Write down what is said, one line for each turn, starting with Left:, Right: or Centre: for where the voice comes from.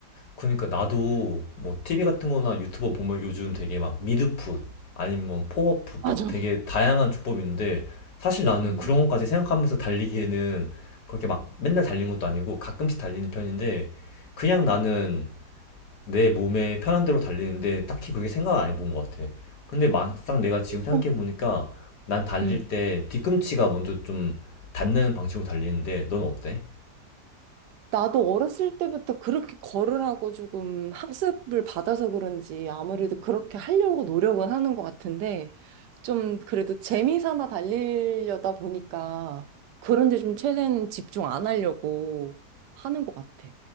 Left: 그니까 나도 뭐 TV 같은 거나 유튜버 보면 요즘 되게 막 미드풋 아니면 뭐 포워풋
Right: 맞아.
Left: 막 되게 다양한 조법이 있는데 사실 나는
Right: 음.
Left: 그런 것까지 생각하면서 달리기에는 그렇게 막 맨날 달리는 것도 아니고 가끔씩 달리는 편인데 그냥 나는 내 몸에 편한 대로 달리는데 딱히 그렇게 생각 안 해본 것 같아. 근데 막상 내가 지금 생각해보니까
Right: 어,
Left: 난 달릴
Right: 음.
Left: 때 뒤꿈치가 먼저 좀 닿는 방식으로 달리는데 넌 어때?
Right: 나도 어렸을 때부터 그렇게 거으라고 조금 학습을 받아서 그런지 아무래도 그렇게 하려고 노력은 하는 것 같은데 좀 그래도 재미 삼아 달리려다 보니까 그런데 좀 최대한 집중 안 하려고 하는 것 같아.